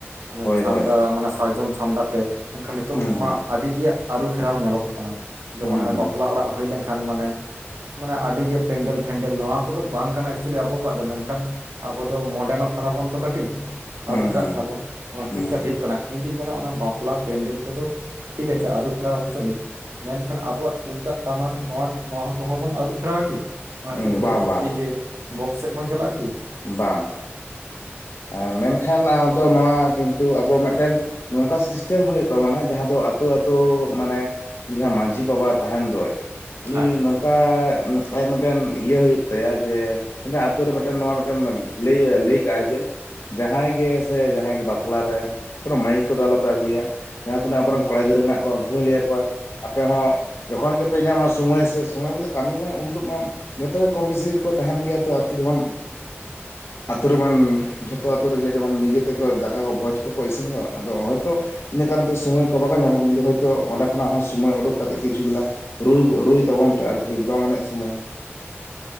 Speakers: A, on the right; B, on the left.
A: ᱚᱱᱮ
B: ᱦᱳᱭ
A: ᱪᱷᱟᱢᱰᱟ
B: ᱦᱳᱭ
A: ᱢᱟᱱᱮ ᱥᱟᱨᱡᱚᱢ ᱪᱷᱟᱢᱰᱟ ᱛᱮ ᱢᱮᱱᱠᱷᱟᱱ ᱱᱮᱛᱳᱜ
B: ᱦᱩᱸ ᱦᱩᱸ
A: ᱢᱟ ᱟᱹᱰᱤ ᱜᱮ ᱟᱹᱨᱩ ᱯᱷᱮᱨᱟᱣ ᱧᱮᱞᱚᱜ ᱠᱟᱱᱟ᱾ ᱡᱮᱢᱚᱱ
B: ᱦᱩᱸ
A: ᱦᱟᱱᱮ
B: ᱦᱩᱸ
A: ᱵᱟᱯᱞᱟ ᱚᱲᱟᱜ ᱦᱩᱭ ᱞᱮᱱᱠᱷᱟᱱ ᱢᱟᱱᱮ ᱢᱟᱱᱮ ᱟᱹᱰᱤ ᱡᱮ ᱯᱮᱱᱰᱮᱞ ᱯᱷᱮᱱᱰᱮᱞ ᱱᱚᱣᱟ ᱠᱚᱫᱚ ᱵᱟᱝ ᱠᱟᱱᱟ ᱮᱠᱪᱩᱭᱮᱞᱤ ᱟᱵᱚ ᱠᱚᱣᱟᱜ ᱫᱚ, ᱢᱮᱱᱠᱷᱟᱱ ᱟᱵᱚ ᱫᱚ ᱢᱚᱰᱮᱱᱚᱜ ᱠᱟᱱᱟ ᱵᱚᱱ ᱛᱚ ᱠᱟᱹᱴᱤᱡ᱾
B: ᱦᱩᱸ
A: ᱟᱹᱨᱩ ᱯᱷᱮᱨᱟᱜ
B: ᱦᱩᱸ
A: ᱠᱟᱱᱟ ᱵᱚᱱ ᱚᱱᱟ ᱠᱷᱟᱹᱛᱤᱨ
B: ᱦᱩᱸ
A: ᱛᱮ ᱦᱩᱭᱩᱜ ᱠᱟᱱᱟ᱾ ᱤᱧ ᱫᱩᱧ ᱢᱮᱱᱟ ᱚᱱᱟ ᱵᱟᱯᱞᱟ ᱯᱮᱱᱰᱮᱞ ᱠᱚᱫᱚ ᱴᱷᱤᱠ ᱟᱪᱷᱮ ᱟᱹᱨᱩ ᱯᱷᱮᱨᱟᱣ ᱦᱚᱪᱚ ᱱᱤᱡ᱾ ᱢᱮᱱᱠᱷᱟᱱ ᱟᱵᱚᱣᱟᱜ ᱛᱩᱢᱫᱟᱜ ᱴᱟᱢᱟᱠ ᱱᱚᱣᱟ, ᱱᱚᱣᱟ ᱠᱚᱦᱚᱸ ᱵᱚᱱ ᱟᱹᱨᱩ ᱯᱷᱮᱨᱟᱣᱟ ᱠᱤ? ᱚᱱᱟ
B: ᱦᱩᱸ
A: ᱠᱷᱟᱹᱛᱤᱨ ᱛᱮ
B: ᱵᱟᱝ
A: ᱫᱮᱠ
B: ᱵᱟᱝ
A: ᱤᱭᱟᱹ ᱵᱚᱠᱥ ᱥᱮᱜ ᱵᱚᱱ ᱪᱟᱞᱟᱜ-ᱟ ᱠᱤ?
B: ᱵᱟᱝ᱾ ᱟ, ᱢᱮᱱᱠᱷᱟᱱ ᱟᱫᱚ ᱱᱚᱣᱟ ᱠᱤᱱᱛᱩ ᱟᱵᱚᱣᱟᱜ ᱢᱮᱜᱴᱮᱱ ᱱᱚᱝᱠᱟ ᱥᱤᱥᱴᱮᱢ ᱦᱳᱭᱳᱜ ᱛᱟᱵᱚᱱᱟ ᱡᱟᱦᱟᱸ ᱫᱚ ᱟᱹᱛᱳ ᱟᱹᱛᱳ ᱢᱟᱱᱮᱼᱼ ᱡᱟᱦᱟᱸ ᱢᱟᱹᱡᱷᱤ ᱵᱟᱵᱟ ᱛᱟᱦᱮᱱ ᱫᱚᱭ ᱩᱱᱤ
A: ᱦᱮᱸ
B: ᱱᱚ ᱠᱟ ᱟᱡ ᱢᱮᱜᱴᱮᱱ ᱤᱭᱟᱹ ᱦᱩᱭᱩᱜ ᱛᱟᱭᱟ ᱡᱮᱼᱼ ᱢᱤᱫᱴᱮᱱ ᱟᱹᱛᱳ ᱨᱮ ᱢᱤᱫᱴᱮᱱ ᱱᱚᱣᱟ ᱢᱤᱫᱴᱮᱱ ᱞᱮᱭ ᱞᱮᱭ ᱠᱟᱜᱼᱟᱭ ᱡᱮᱼᱼ ᱡᱟᱦᱟᱸᱭ ᱜᱮ ᱥᱮ ᱡᱟᱦᱟᱸᱭ ᱜᱮ ᱵᱟᱯᱞᱟ ᱨᱮ ᱠᱳᱱᱳ ᱢᱟᱹᱭᱤᱠ ᱠᱚᱫᱚ ᱟᱞᱚᱯᱮ ᱟᱹᱜᱩᱭᱟ᱾ ᱡᱟᱦᱟᱸ ᱛᱤᱱᱟᱹᱜ ᱟᱵᱚᱨᱮᱱ ᱠᱚᱲᱟ ᱜᱤᱫᱽᱨᱟᱹ ᱢᱮᱱᱟᱜ ᱠᱚᱣᱟ ᱩᱱᱠᱩ ᱦᱚᱸᱭ ᱞᱟᱹᱭ ᱟᱠᱚᱣᱟᱼᱼ ᱟᱯᱮ ᱦᱚᱸ ᱡᱚ ᱠᱷᱚᱱ ᱜᱮᱯᱮ ᱧᱟᱢᱟ ᱥᱚᱢᱚᱭ ᱥᱮ ᱥᱚᱢᱚᱭ ᱵᱚᱞᱛᱮ ᱠᱟᱹᱢᱤ ᱢᱟᱭ ᱩᱱᱦᱤᱞᱳᱜ ᱢᱟᱼᱼ ᱡᱚᱛᱚ ᱠᱚᱢ ᱵᱮᱥᱤ ᱜᱮᱠᱚ ᱛᱟᱦᱮᱱ ᱜᱮᱭᱟ ᱛᱚ ᱟᱨᱠᱤ ᱡᱮᱢᱚᱱ ᱟᱹᱛᱩ ᱨᱮᱢᱟᱱ- ᱡᱷᱚᱛᱚ ᱟᱛᱳ ᱨᱮᱜᱮ ᱡᱮᱢᱚᱱ ᱱᱤᱡᱮ ᱛᱮᱠᱚ ᱫᱟᱠᱟ ᱠᱚ ᱵᱷᱚᱡᱽ ᱠᱚᱠᱚ ᱤᱥᱤᱱ ᱫᱟ ᱟᱫᱚ ᱦᱚᱭᱛᱚᱼᱼ ᱤᱱᱟᱹ ᱠᱟᱨᱚᱱ ᱛᱮ ᱥᱚᱢᱚᱭ ᱠᱚ ᱵᱟᱝ ᱧᱟᱢᱚᱜ ᱠᱤᱱᱛᱩ ᱦᱚᱭᱛᱳ ᱚᱸᱰᱮ ᱠᱷᱚᱱᱟᱜ ᱦᱚᱸ ᱥᱚᱢᱚᱭ ᱩᱰᱩᱠ ᱠᱟᱛᱮᱜ ᱜᱮ ᱡᱷᱩ ᱜᱤᱞᱟᱹ ᱨ ᱨᱩᱭ ᱛᱟᱵᱚᱱ ᱯᱮ ᱟᱨᱠᱤ ᱫᱚᱝ ᱮᱱᱮᱡ ᱥᱚᱢᱚᱭᱼᱼ